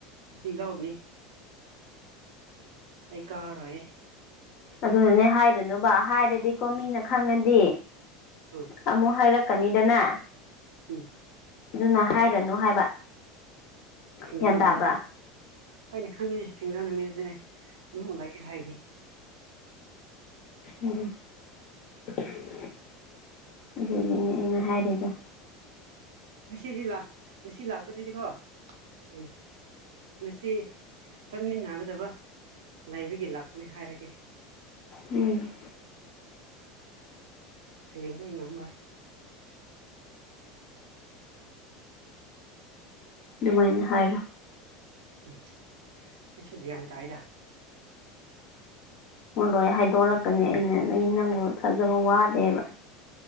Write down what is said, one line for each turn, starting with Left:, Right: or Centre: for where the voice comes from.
Right: ꯁꯨꯇꯤ ꯂꯧꯔꯅꯤ ꯑꯩ ꯀꯥꯔꯣꯏꯌꯦ
Left: ꯑꯗꯨꯅꯅꯦ ꯍꯥꯏꯒꯥꯅꯨꯕ ꯍꯥꯏꯔꯗꯤ ꯀꯣ ꯃꯤꯅ ꯈꯪꯉꯗꯤ
Right: ꯍꯣꯏ
Left: ꯑꯃꯨꯛ ꯍꯥꯏꯔꯛꯀꯅꯤꯗꯅ
Right: ꯎꯝ
Left: ꯑꯗꯨꯅ ꯍꯥꯏꯔꯅꯨ ꯍꯥꯏꯕ
Right: ꯊꯦꯡꯖꯥꯡ
Left: ꯒ꯭ꯌꯥꯟ ꯇꯥꯕ꯭ꯔꯥ
Right: ꯅꯨꯃꯤꯠꯇ ꯍꯣꯏꯅꯦ ꯈꯪꯉꯤꯅꯦ ꯊꯦꯡꯖꯥꯡ ꯅꯨꯃꯤꯠꯇꯗꯤꯅꯦ ꯎ ꯂꯩ ꯍꯥꯏꯅꯤ
Left: ꯎꯝ <unintelligible> ꯑꯗꯨꯒꯤꯅꯦ ꯑꯩꯅ ꯍꯥꯏꯔꯤꯗꯣ
Right: ꯉꯁꯤꯗꯤ ꯂꯥꯛ ꯉꯁꯤ ꯂꯥꯛꯄꯗꯨꯗꯤꯀꯣ ꯎꯝ ꯉꯁꯤ ꯆꯠꯃꯤꯟꯅꯒꯗꯕ ꯂꯩꯕꯒꯤ ꯂꯥꯛꯄꯅꯤ ꯍꯥꯏꯔꯒꯦ
Left: ꯎꯝ
Right: ꯍꯌꯦꯡꯗꯤ ꯑꯩ ꯉꯝꯔꯣꯏ
Left: ꯑꯗꯨꯃꯥꯏꯅ ꯍꯥꯏꯔꯣ
Right: ꯎꯝ ꯑꯩꯁꯨ ꯒ꯭ꯌꯥꯟ ꯇꯥꯏꯗꯥ
Left: ꯃꯉꯣꯟ ꯂꯣꯏ ꯍꯥꯏꯗꯣꯔꯛꯀꯅꯤ ꯑꯩꯅ ꯅ ꯅꯪꯕꯨ ꯊꯥꯖꯕ ꯋꯥꯠꯂꯦꯕ